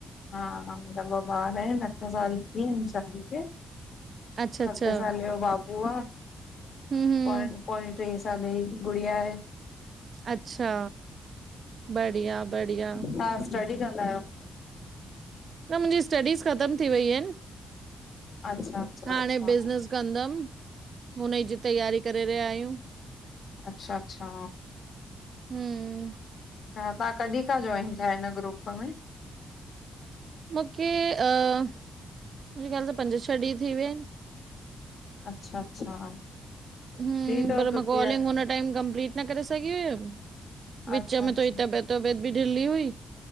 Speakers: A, on the left; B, on the right.
A: हा हा मुहिंजा ॿ ॿार अठ साल थी आहिन शादी खे --
B: अच्छा अच्छा,
A: सते साले जो बाबू थियो आहे।
B: हम्म हम्म
A: पौणी
B: --
A: टे साल जी गुड़िया आहे।
B: अच्छा। बढ़िया बढ़िया,
A: तव्हां स्टडी कंदा आहियो।
B: न स्टडीज़ खतम थी वई
A: अच्छा अच्छा
B: हाणे
A: अच्छा
B: बिजनस। कंदमि हुन जी तयारी करे रहिया आहियूं।
A: अच्छा अच्छा।
B: हम्म --
A: ह तव्हां कॾहिं खां जॉइन थिया हिन ग्रुप में।
B: मूंखे मुंहिंजे ख़याल त पंज छह ॾींहं थी विया आहिन।
A: अच्छा अच्छा।
B: हम
A: थी अथव
B: पर
A: सुठी
B: मा कॉलिंग
A: आहे
B: हुन टाइम कंपलीट न करे सघी हुयम। विच
A: अच्छा
B: विच में
A: अच्छा
B: थोई तबियत तबियत बि ढिलली हुई।